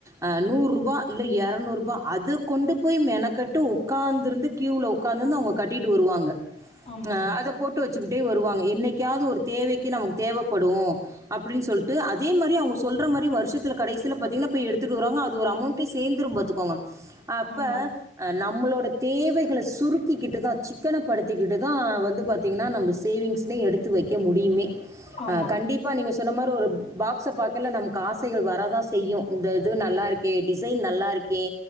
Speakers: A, on the right; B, on the left.
A: அஹ் நூறு ருபா இல்ல எரநூறு ருபா அது கொண்டு போய் மெனக்கட்டு ஒக்காந்துருந்து க்யூல ஒக்காந்துருந்து அவுங்க கட்டிட்டு வருவாங்க
B: ஆமா
A: ஆ
B: ஆமா
A: அத போட்டு வெ வெச்சுக்கிட்டே வருவாங்க என்னைக்காவது ஒரு தேவைக்கு நமக்கு தேவப்படோ அப்டின்னு சொல்டு அதே மாரி அவங்க சொல்ற மாரி வர்ஷத்துல கடைசில பாத்தீங்கன்னா போய் எடுத்துட்டு வராங்க அது ஒரு அமௌண்ட சேந்துரு பாத்துக்கோங்க அப்ப
B: ஆமா
A: நம்மளோ தேவைகள சுருக்கிக்கிட்டு தா சிக்கனப்படுத்திக்கிட்டு தா வந்து பாத்தீங் னா நம்ம சேவிங்ஸ்னே எடுத்து வெக்க முடியுமே
B: ஆமா
A: கண்டிப் சொன்ன மாரி ஒரு பாக்ஸ பாக்கல நமக்கு ஆசைகள் வரதா செய்யு இந்த இது நல்லாருக்கே டிசைன் நல்லாருக்கே